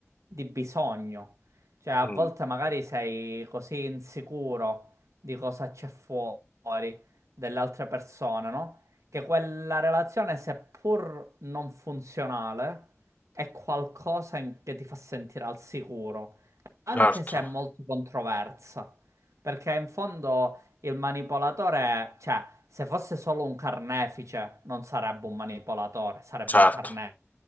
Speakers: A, on the right; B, on the left.
A: di bisogno. Cioè, a
B: Mm,
A: volte magari sei così insicuro di cosa c'è fuori dell'altra persona, no? Che quella relazione, seppur non funzionale, è qualcosa in- che ti fa sentire al sicuro, anche
B: certo,
A: se è molto controversa. Perché in fondo il manipolatore, cioè, se fosse solo un carnefice, non sarebbe un manipolatore, sarebbe
B: certo,
A: un carnefice.